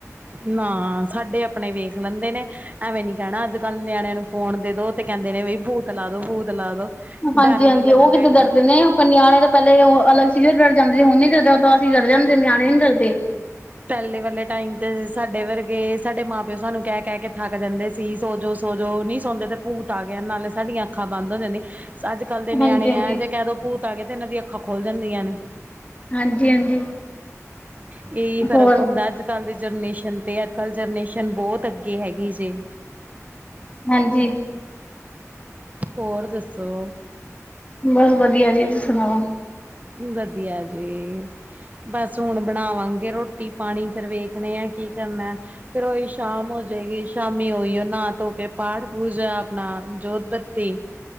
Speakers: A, on the right; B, on the left.
A: ਅ ਨਾ ਸਾਡੇ ਆਪਣੇ ਵੇਖ ਲੈਂਦੇ ਨੇ ਐਵੇਂ ਨੀ ਕਹਿਣਾ ਅੱਜ ਕੱਲ ਨਿਆਣਿਆ ਨੂੰ ਫੋਨ ਦੇ ਦੋ, ਤੇ ਕਹਿੰਦੇ ਨੇ ਵੀ ਭੂਤ ਲਾ ਦੋ ਭੂਤ ਲਾ ਦੋ।
B: ਹਾਂਜੀ-ਹਾਂਜੀ,
A: ਡਰ ਹੀ ਨੀ ਲੱਗਦਾ
B: ਉਹ ਕਿਥੇ
A: ਹੈਗਾ
B: ਡਰਦੇ ਨੇ, ਪਰ ਨਿਆਣੇ ਤਾ ਪਹਿਲੇ ਉਹ ਅਲਗ ਸੀਜ਼ਅਰ ਡਰ ਜਾਂਦੇ ਸੀ ਹੁਣ ਨੀ ਡਰਦੇ ਉਹ ਤਾ ਅਸੀ ਡਰ ਜਾਂਦੇ ਨਿਆਣੇ ਨੀ ਡਰਦੇ।
A: ਪਹਿਲੇ ਵਾਲੇ ਟਾਈਮ ਤੇ ਸਾਡੇ ਵਰਗੇ ਸਾਡੇ ਮਾਂ ਪਿਓ ਸਾਨੂੰ ਕਹਿ ਕਹਿ ਕੇ ਥੱਕ ਜਾਂਦੇ ਸੀ। ਸੋਜੋ ਸੋਜੋ ਨਈ ਸੌਂਦੇ ਤੇ ਭੂਤ ਆ ਗਿਆ ਨਾਲੇ ਸਾਡੀਆਂ ਅੱਖਾਂ ਬੰਦ ਹੋ ਜਾਂਦੀਆਂ ਅੱਜ ਕੱਲ ਦੇ
B: ਹਾਂਜੀ-ਹਾਂਜੀ।
A: ਨਿਆਣੇ ਹੈ ਜੇ ਕਹਿ ਦੋ ਭੂਤ ਆ ਗਿਆ ਤੇ ਇਹਨਾਂ ਦੀ ਅੱਖਾਂ ਖੋਲ੍ਹ ਜਾਂਦੀਆਂ ਨੇ।
B: ਹਾਂਜੀ-ਹਾਂਜੀ।
A: ਇਹੀ ਫ਼ਰਕ
B: ਹੋਰ
A: ਹੁੰਦਾ ਅੱਜ ਅੱਜ ਕੱਲ ਦੀ ਜਨਰੇਸ਼ਨ ਤੇ ਅੱਜ ਕੱਲ ਜਰਨਰੇਸ਼ਨ ਬੌਤ ਅੱਗੇ ਹੈਗੀ ਜੇ।
B: ਹਾਂਜੀ।
A: ਹੋਰ ਦੱਸੋ,
B: ਬਸ ਵਧੀਆ ਜੀ ਤੁਸੀਂ ਸੁਣਾਓ।
A: ਵਧੀਆ ਜੀ। ਬਸ ਹੁਣ ਬਣਾਵਾਂਗੇ ਰੋਟੀ ਪਾਣੀ ਫਿਰ ਵੇਖਣੇ ਆ ਕੀ ਕਰਨਾ, ਫਿਰ ਉਹੀ ਸ਼ਾਮ ਹੋ ਜਾਏਗੀ ਸ਼ਾਮੀ ਓਹੀਓ ਨਹਾ ਧੋਕੇ ਪਾਠ ਪੂਜਾ ਆਪਣਾ ਜੋਤ ਬੱਤੀ,